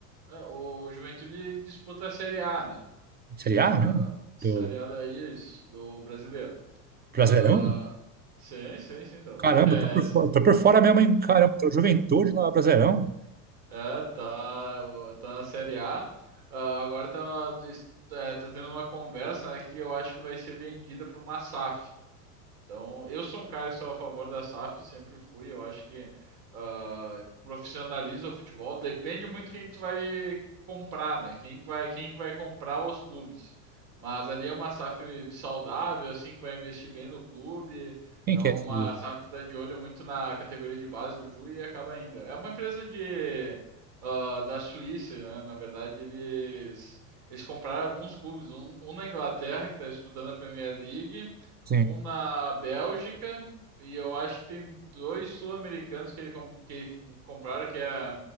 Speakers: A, on the right; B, on the right.
A: é, o Juventude disputa a Série A, né?
B: Série A mesmo?
A: A Série
B: Do
A: A daí, isso, do brasileiro. Ah,
B: Brasileirão?
A: sim, sim, sim, trabalha.
B: Caramba,
A: <laughs>
B: tô por fora, tô por fora mesmo, hein? Caramba, tô Juventude lá, Brasileirão?
A: É, tá, o- tá na Série A. Ah, agora tá, es- é, tá tendo uma conversa, né, que eu acho que vai ser vendida para uma SAF. Então, eu sou um cara que sou a favor da SAF, sempre fui. Eu acho que ah, profissionaliza o futebol. Depende muito quem tu vai comprar, né? Quem que vai, quem que vai comprar os clubes. Mas ali é uma SAF saudável, assim, que vai investir bem no clube.
B: Quem
A: É uma
B: que é esse?
A: SAF que está de olho muito na categoria de base do Ju e acaba ainda. É uma empresa de, ah, da Suíça, né? Na verdade, eles, eles compraram alguns clubes. Um, um na Inglaterra, que está disputando a Premier League.
B: Sim.
A: Um na Bélgica e eu acho que tem dois sul-americanos que ele com- que compraram que é